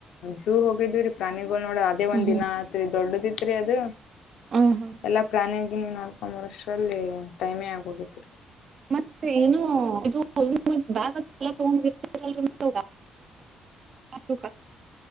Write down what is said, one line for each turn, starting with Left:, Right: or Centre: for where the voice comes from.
Left: ಜೂ ಹೋಗಿದವಿೀ ಪ್ರಾಣಿ ನೋಡ ಅದೇ ಒಂದ್
Right: ಹ್ಮ್
Left: ದಿನ ಆತ್ರಿ ದೊಡ್ಡದ ಇತ್ರಿ ಅದು
Right: ಹ್ಮ್ ಹ್ಮ್
Left: ಎಲ್ಲಾ ಪ್ರಾಣಿ ನೀ ನೋಡ್ ಒಂಬಷ್ಟ್ರಲ್ಲಿ ಟೈಮೇ ಆಗೋಗೇತಿರಿ
Right: ಮತ್ತೆ ಏನು ಇ ಬಾಗ ಎ ತೊಂಡ್ರ್ತಲ್ ಅ ಕಷ್ಟ